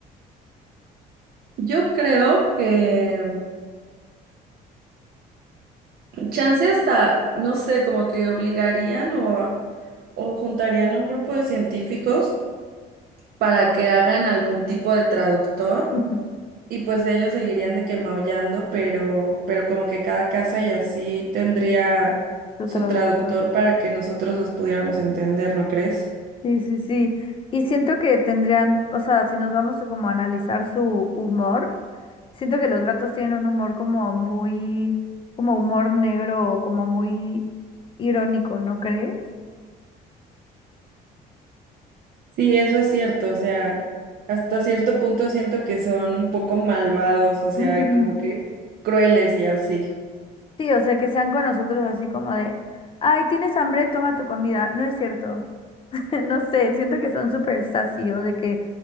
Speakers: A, on the right (about 60°); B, on the left (about 30°).
A: Yo creo que chance hasta, no sé, como que obligarían o, o juntarían a un grupo de científicos para que hagan algún tipo de traductor
B: <laughs>
A: y pues ellos seguirían de que maullando, pero, pero como que cada casa y así tendría
B: Su
A: su
B: traductor.
A: traductor para que nosotros los pudiéramos entender, ¿no crees?
B: Sí, sí, sí. Y siento que tendrían, o sea, si nos vamos a como analizar su humor, siento que los gatos tienen un humor como muy, como humor negro, como muy irónico, ¿no crees?
A: Sí, eso es cierto, o sea, hasta cierto punto siento que son un poco malvados, o sea,
B: Ujú.
A: como que crueles y así.
B: Sí, o sea, que sean con nosotros así como de, ay, ¿tienes hambre? Toma tu comida. No es cierto. <laughs> No sé, siento que son súper sassy o de que